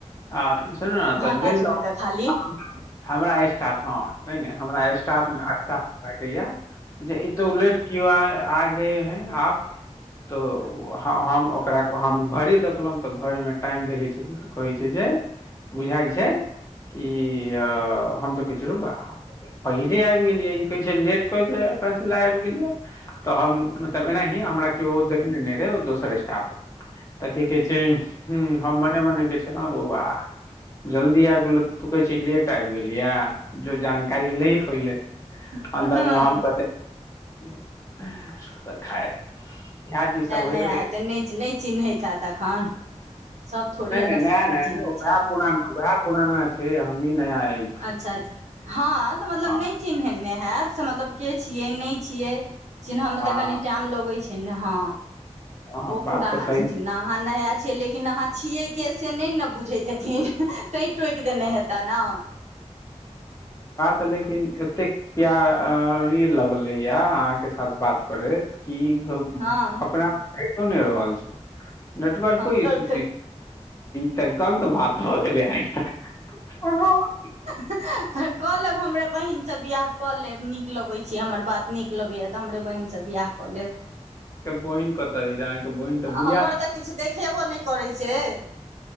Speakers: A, on the left (about 25°); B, on the right (about 65°).
A: आ त सुनू ने
B: भाँटा
A: तऽ गेलहु
B: छोड़ि कऽ खाली
A: हमरा स्टाफ हँ नहि ने हमरा स्टाफमे अच्छा लागैया जे एतौ लेट कियो आ गए हैं आप तो हम ओकरा को हम घर ही देख एलौं तऽ घरमे टाइम देखै छै कहै छै जे बुझाइ छै ई हम तऽ कह छी रै बा पहिले आबि गेलिये ई कहे छै लेट क दे कस ल आबि गेलिये तऽ हम एनाहिए हमरा केओ देखने नहि रहे ओ दोसर स्टाफ रह तऽ की कह छै हुं हम मने मने के छै हँ बौआ जल्दी आबि गेल तु कहै छ ले लेट आबय गेल यै जो जानकारी ले ही पहिले
B: नया
A: अन्दर मे हम कतै छिये तऽ खाएब इएह चीज सब होइत
B: नया
A: रहे
B: हेतै नहि नहि चिन्हैत हैत एखन सभ थोड़िये
A: छै नहि
B: ने
A: नहि नया
B: सभके
A: नहि
B: चिन्हैत
A: यौ उएह
B: छै
A: पुरान नहि उएह पुराना छै हमहीं नया आयल छी
B: अच्छा अच्छा हँ तऽ मतलब
A: हँ
B: नहि चिन्हनै हैत से मतलब के छियै नहि छियै चिन्हबमे
A: हँ
B: तऽ कनी टाइम लगैत छै ने हँ
A: हँ
B: ओ
A: बात
B: पुराना
A: तऽ सही
B: छथिन अहाँ नया छियै लेकिन अहाँ छियै के से नहि ने बुझैत हेथिन तै टोकि देने हेताह ने
A: तऽ लेकिन एतेक प्यारी लगले या अहाँ के साथ बात करैत कि कहुँ
B: हँ
A: अपना आप खो नहि रहल छै <unintelligible> नेटवर्को
B: हँ
A: इशू
B: तऽ
A: ई तऽ गलत बात भऽ गेले हैन ओ <inaudible>
B: तऽ कऽ लेब हमरे बहिनसँ बियाह कऽ लेब नीक लगैत छी हमर बात नीक लगैया तऽ हमरे बहिन से बियाह कलेब
A: बहिन कतऽ अछि अहाँके बहिन तऽ बुढ़िया
B: हमर तऽ किछ देखेबो ने करै छैे